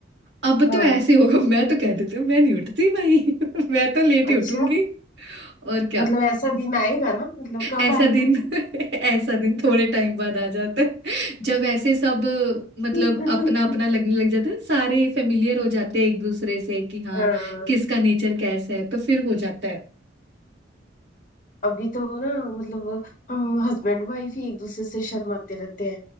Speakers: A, on the right; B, on the left.
A: अब
B: हाँ
A: तो ऐसे होगा मैं तो कह देती हूँ मैं नहीं उठती भाई <laughs> मैं तो लेट ही
B: अच्छा
A: उठूंगी और क्या
B: मतलब ऐसा दिन आएगा ना मतलब कब
A: ऐसा
B: आएगा
A: दिन <laughs> ऐसा दिन थोड़े टाइम बाद आ जाता है जब ऐसे सब मतलब
B: वो
A: अपना
B: <laughs>
A: अपना लगने लग जाता है सारे फेमिलियर हो जाते हैं एक दूसरे से कि हाँ
B: हाँ
A: किसका नेचर कैसा है तो फिर हो जाता है
B: अभी तो ना मतलब हम हस्बैंड वाइफ ही एक दूसरे से शर्माते रहते हैं